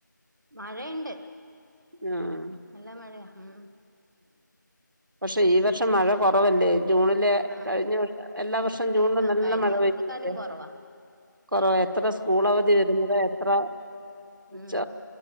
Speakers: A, on the right; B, on the right.
A: മഴയുണ്ട്
B: ആഹ്
A: നല്ല മഴയാ ഉം
B: പക്ഷെ ഈ വർഷം മഴ കുറവല്ലേ ജൂണിലെ
A: ആഹ്
B: കഴിഞ്ഞ വർ എല്ലാ വർഷം ജൂൺല്
A: ആഹ്
B: നല്ല
A: കഴിഞ്ഞ
B: മഴ
A: കൊല്ലത്തെക്കാലും
B: പെയുന്നല്ലേ
A: കൊറവാ
B: കൊറണ എത്ര സ്കൂൾ അവധി വരുന്നത് ലേ എത്ര
A: ഉം
B: ച